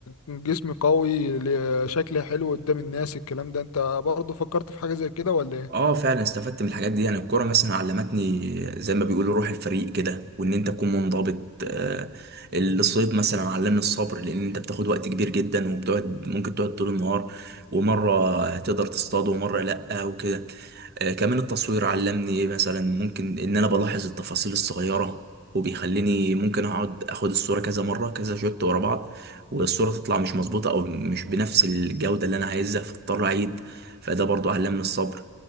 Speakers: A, on the left; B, on the right.
A: جسمي قوي ل- شكلي حلو قدام الناس الكلام ده انت برضه فكرت في حاجة زي كده ولا ايه
B: اه فعلا استفدت من الحاجات دي يعني الكرة مثلا علمتني زي ما بيقولوا روح الفريق كده وان انت تكون منضبط آه، الصيد مثلا علمني الصبر لان انت بتاخد وقت كبير جدا وبتقعد ممكن تقعد طول النهار ومرة تقدر تصطاد ومرة لأ وكده آه، كمان التصوير علمني ايه مثلا ممكن ان انا بلاحظ التفاصيل الصغيرة وبيخليني ممكن اقعد اخد الصورة كذا مرة كذا شوت ورا بعض والصورة تطلع مش مظبوطة او مش بنفس الجودة اللي انا عايزها فاضطر اعيد فده برضو علمني الصبر